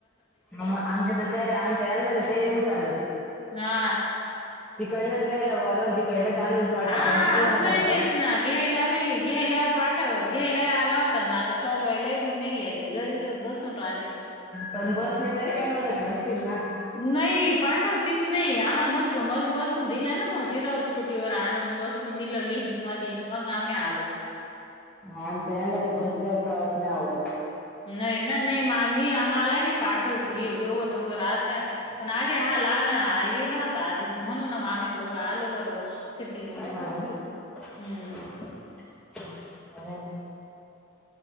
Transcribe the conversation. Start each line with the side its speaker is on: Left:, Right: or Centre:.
Centre: मग आमच्या तर ते आमच्या यांना तर तेही नाही चालत.
Left: हा
Centre: तिकडनच घ्यायला बोलवा. आणि तिकडनच आणून सोडा.
Left: हा
Centre: बसने
Left: आमचंही
Centre: नका जाऊ.
Left: तेच ना घ्यायला नाही घ्यायला पाठव घ्यायला आला होता. आता सोडवायला बी नाही येत. ते घरीच बसून राह
Centre: पण बसने तरी काही म्हणत नसतील ना.
Left: नाही पाठवतीच नाही. आम्हाला मसरूळ अधून बसून दिल ना मग. ति त्यावर स्कुटीवर आणून बसून दिल लिंकमधी. मग आम्ही आलो.
Centre: ह आमच्या यांना तर बसचाही प्रवास नाही आवडत.
Left: नाही ना नाही मी मलाही नाही पाठवती. हे दोघ दोघ राहत त्या पण आधी हा लाहना येईल होता आधीच. म्हणून आम्ही दोघ आलो बरोबर. सिटी लिंक
Centre: काय करतीये हा
Left: हम्म.
Centre: ना, बर आहे ना.